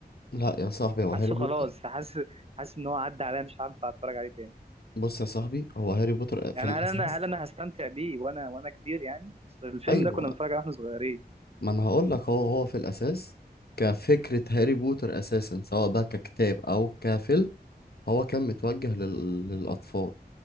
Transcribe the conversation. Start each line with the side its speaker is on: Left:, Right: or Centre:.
Left: لا يا صاحبي هو
Right: حاسه
Left: هاري بوتر
Right: خلاص حاسس حاسس ان هو عدى عليا مش هينفع اتفرج عليه تاني
Left: بص يا صاحبي هو هاري بوتر
Right: يعني
Left: في الأساس
Right: هل انا هل انا هستمتع بيه وانا وانا كبير يعني اصل الفيلم
Left: أيوه
Right: ده كنا بنتفرج عليه واحنا صغيرين
Left: ما انا هقول لك هو هو في الاساس كفكره هاري بوتر اساسا سواء بقى ككتاب او كفيلم هو كان متوجه لل... للاطفال